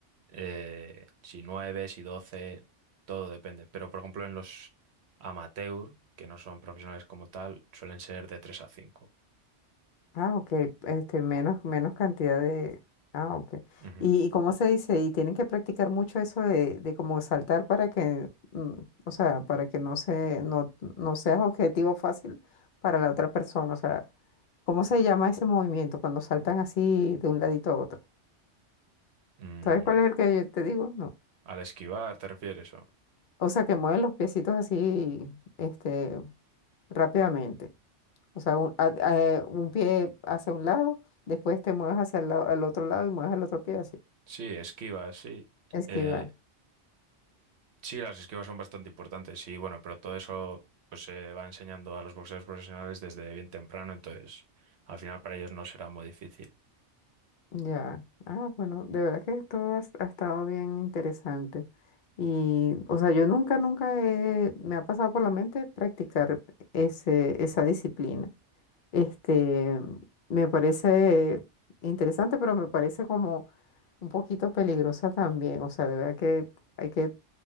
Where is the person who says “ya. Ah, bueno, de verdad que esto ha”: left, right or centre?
Left